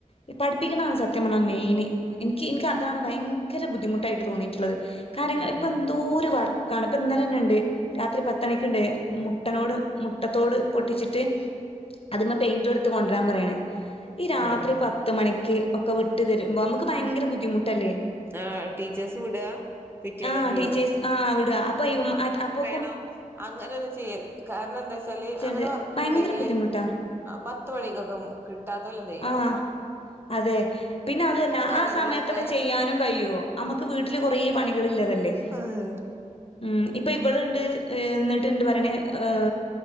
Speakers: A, on the left; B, on the right.
A: പിപ്പിക്കുന്നതാണ് സത്യ പറഞ്ഞാൽ മെയിൻ ഇനിക്ക് ഇനിക്ക് അതാണ് ഭയങ്കര ബുദ്ധിമുട്ടായിട്ട് തോന്നിയിട്ടുള്ളത്, കാര്യങ്ങൾ
B: ആഹ് ഉം
A: ഇപ്പോ എന്തോരു വർക്കാണ് ഇപ്പോം ഇന്നലെ തന്നെ ഉണ്ട് രാത്രി പത്തണിക്ക്ണ്ട് മുട്ടനോട് മുട്ടത്തോട് പൊട്ടിച്ചിട്ട് അതിമ്മെ പെയി ഇ എടുത്ത് കൊണ്ടുവരാൻ പറയണ് ഈ രാത്രി
B: ആഹ് ആഹ്
A: പത്ത് മണിക്ക് ഒക്കെ വി രും നമുക്ക് ഭയര ബുദ്ധിമു അല്ലെ
B: ആഹ് ടീച്ചേഴ്സ് വിടാ പിറ്റേന്നൊക്കെ
A: ആഹ് ടീച്ചേർസ് ആഹ് വ്ടാ പ്പയ് മ അപ്പൊ
B: ണം അങ്ങനെയൊന്നും ചെയ്യര് ത് കാരണം എന്താ വച്ചാല്
A: ചെറുത്
B: അങ്ങനെ വർക്ക്
A: ഭയങ്കര
B: ഉണ്ടെങ്കില്
A: ബുദ്ധിമുട്ടാ
B: ആ പത്ത് മണിക്കൊക്കെ കിട്ടാതോൽ എന്താ ചെയ്യ
A: ആഹ് അതെ പിന്നെ അതല്ല
B: കാര്യങ്ങളൊക്കെ
A: ആ സമയത്തൊക്കെ ചെയ്യാനും കഴിയോ നമുക്ക് വീട്ടില് കുറെ പണികള്ള്ളതല്ലേ
B: ആഹ്
A: ഉം ഇപ്പൊ ഇവളുണ്ട് എന്നിട്ട്ണ്ട് പറണേ ഏ